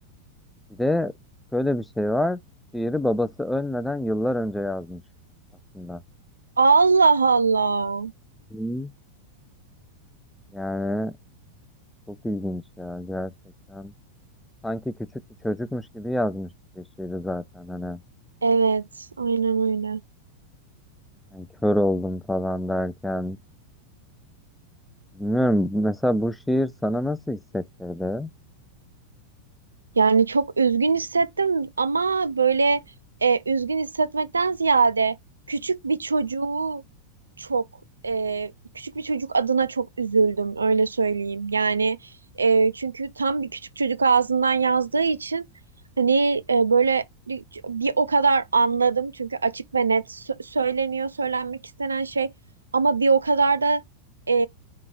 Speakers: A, in the centre; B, on the right.
A: Bir de şöyle bir şey var. Şiiri babası ölmeden yıllar önce yazmış aslında.
B: Allah Allah.
A: Hı. Yani Çok ilginç ya gerçekten. Sanki küçük bir çocukmuş gibi yazmış bir şiiri zaten hani.
B: Evet, aynen öyle.
A: Yani kör oldum falan derken. Bilmiyorum mesela bu şiir sana nasıl hissettirdi?
B: Yani çok üzgün hissettim ama böyle e, üzgün hissetmekten ziyade küçük bir çocuğu çok e, küçük bir çocuk adına çok üzüldüm öyle söyleyeyim. Yani e, çünkü tam bir küçük çocuk ağzından yazdığı için hani e, böyle bir bir o kadar anladım çünkü açık ve net sö- söyleniyor söylenmek istenen şey ama bir o kadar da e,